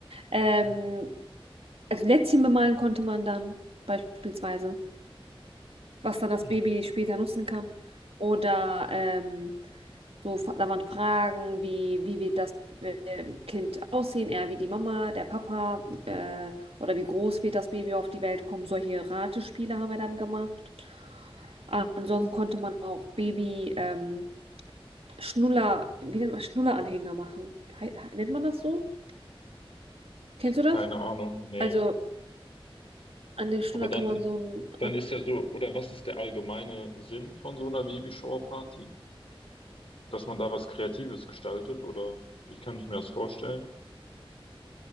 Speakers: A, on the right; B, on the left.
A: Ähm,
B: Mhm.
A: Also Lätzchen bemalen konnte man dann beispielsweise, was dann das
B: Und
A: Baby später nutzen kann. Oder ähm, so, fa- da waren Fragen wie, wie wird das äh, Kind aussehen, eher wie die Mama, der Papa, äh, oder wie groß wird das Baby auf die Welt kommen. Solche Ratespiele haben wir dann gemacht. Ansonsten konnte man auch Baby ähm, Schnuller, wie nennt man, Schnulleranhänger machen. He- he- Nennt man das so? Kennst
B: ich habe
A: du das?
B: keine Ahnung, nee.
A: Also an den Schnuller
B: Aber dann,
A: kann man so
B: dann
A: einen
B: ist ja so, oder was ist der allgemeine Sinn von so einer Babyshower-Party? dass man da was Kreatives gestaltet oder wie kann ich mir das vorstellen?